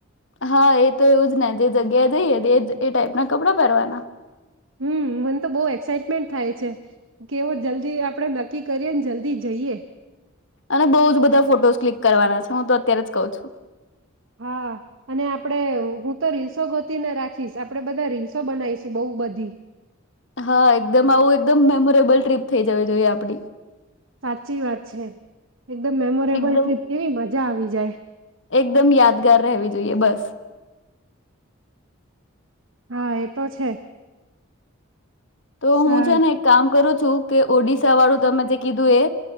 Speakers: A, on the left; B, on the right.
A: હા એ તો એવું જ ને જે જગ્યાએ જઈએ એ ટાઈપ ના કપડા પહેરવાના
B: હમ મને તો બહુ એક્સાઈટમેન્ટ થાય છે કેવો જલ્દી આપણેે નક્કી કરીએ જલ્દી જઈએ.
A: અને બઉુ જ બધા ફોટોસ ક્લિક કરવાના છે હું તો અત્યારે જ કઉ છું.
B: હા અને આપડણે હું તો રીલ્સો ગોતીને રાખીશ આપડે બધા રીલ્સો બનાવીશું બહુ બધી.
A: હા એકદમ આવું એકદમ મેમોરેબલ ટ્રીપ થઇ જવી જોઈએ આપડી.
B: સાચી વાત છે. એકદમ મેમોરેબલ
A: એકદમ
B: ટ્રીપ કેવી મજા આવી જાય.
A: એકદમ યાદગાર રહેવી જોઈએ બસ.
B: હા એ તો છે.
A: તો
B: સારું.
A: હું છે ને એક કામ કરું. તો કે ઓડિશા વાળું તમે જે કીધું એ